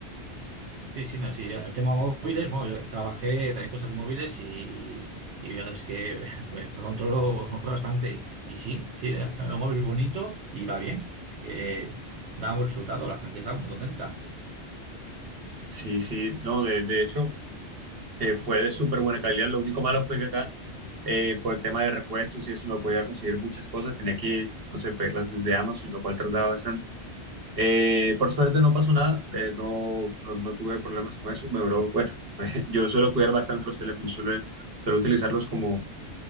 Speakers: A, on the right (about 80°); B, on the right (about 60°).
A: sí, sí, no, sí. El tema móviles, bueno, yo trabajé también cosas de móviles y, y ya es que <laughs> bueno, controlo bastante. Y, y sí, sí, el móvil bonito y va bien. Así que da un buen resultado, la gente está muy contenta.
B: Sí, sí, no, de, de hecho eh, fue de súper buena calidad. Lo único malo fue que acá, eh, por el tema de repuestos y eso, no podía conseguir muchas cosas. Tenía que, no sé, pedirlas desde Amazon, lo cual tardaba bastante. Eh, por suerte no pasó nada, eh, no, no, no tuve problemas con eso. Me duró, bueno, <laughs> yo suelo cuidar bastante los teléfonos, suelo, suelo utilizarlos como,